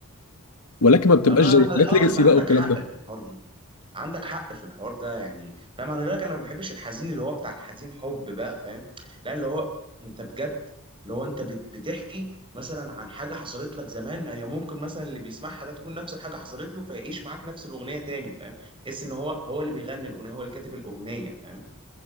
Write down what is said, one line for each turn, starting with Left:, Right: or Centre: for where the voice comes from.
Left: ولكن ما بتبقاش
Right: انا
Left: زي حاجات
Right: اه
Left: ليجاسي
Right: انت عندك
Left: بقى والكلام
Right: حق
Left: ده
Right: في الحوار ده عندك حق في الحوار ده يعني فاهم خلي بالك انا ما بحبش الحزين اللي هو بتاع الحزين حب بقى فاهم لا اللي هو انت بجد اللي هو انت بت- بتحكي مثلا عن حاجه حصلت لك زمان هي ممكن مثلا اللي بيسمعها ده تكون نفس الحاجه حصلت له فيعيش معاك نفس الاغنيه تاني فاهم تحس ان هو هو اللي بيغني الاغنيه هو اللي كاتب الاغنيه فاهم